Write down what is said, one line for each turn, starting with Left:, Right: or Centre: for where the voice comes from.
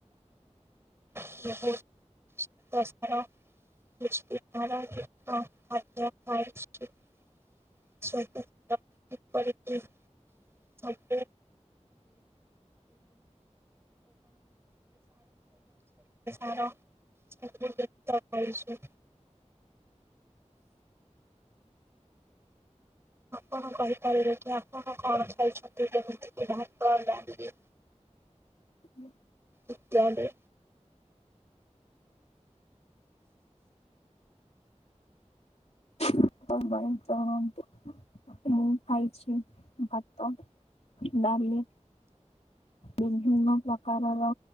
Right: <inaudible> <inaudible> <inaudible> ସବୁ ବେସାହାରା। <inaudible> ଆଇସ୍ୱ। କଣ କହିପାରିବେ କି ଆପଣ କଣ ଖାଇଛନ୍ତି ଯେମିତି କିି ଭାତ ଡାଲି।
Left: ହୁଁ।
Right: ଇତ୍ୟାଦି।
Left: <unintelligible> ମୁଁ ଖାଇଛି ଭାତ ଡାଲି। ବିଭିନ୍ନ ପ୍ରକାରର